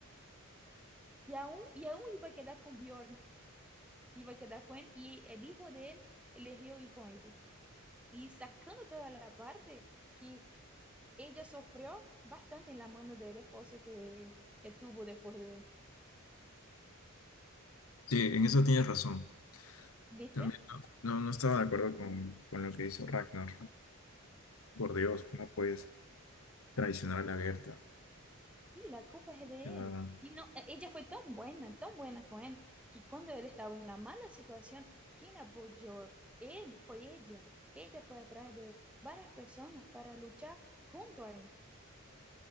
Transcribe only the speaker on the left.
Sí, en eso tienes razón.
También no, no no estaba de acuerdo con, con lo que hizo Ragnar. Por Dios, ¿cómo puedes traicionar a la Berta?
O
sea,